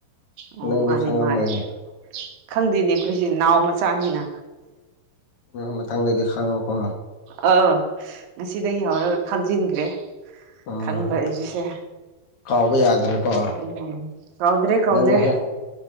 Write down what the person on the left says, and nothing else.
ꯅꯪꯗꯤ
ꯈꯪꯉꯝꯃꫭꯏꯅꯦ
<unintelligible> ꯃꯊꯪꯗꯗꯤ ꯍꯪꯉꯣꯀꯣ
ꯑꯥ
ꯀꯥꯎꯕ ꯌꯥꯗ꯭ꯔꯦꯀꯣ
ꯅꯪꯅ ꯍꯦꯛ